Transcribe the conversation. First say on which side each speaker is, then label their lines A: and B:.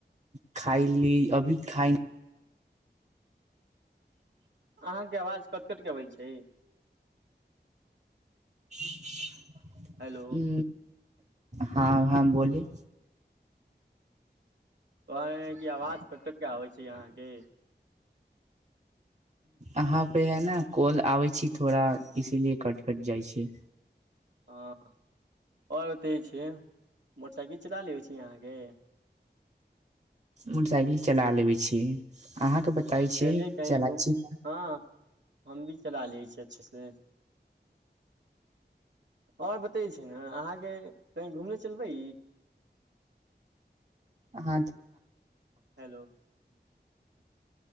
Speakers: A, on the right (about 40°); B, on the right (about 80°).
A: खाय ली अभी खाइ
B: अहाँके आवाज कट कट के अबै छैय।
A: <inaudible>
B: हेलो
A: हू हँ हँ बोली
B: व <unintelligible> आवाज कटकट क आबै छैय अहाँके
A: अहाँ पे है ने काॉल आबै छी थोड़ा इसीलिए कट कट जाइ छैय
B: हँ आओर <unintelligible> छी मोटरसाइकिल चला लेै छी अहाँके
A: मोटरसाइकिल चला लेबै छियै। अहाँके बताै
B: चलिये
A: छी
B: कहीं
A: चलाइ
B: घूम
A: छी
B: हँ हम भी चला लियै छिय अच्छे से ओर बतै छै ने अहाँके कहीँ घूमने चलबै
A: हँ
B: हेलो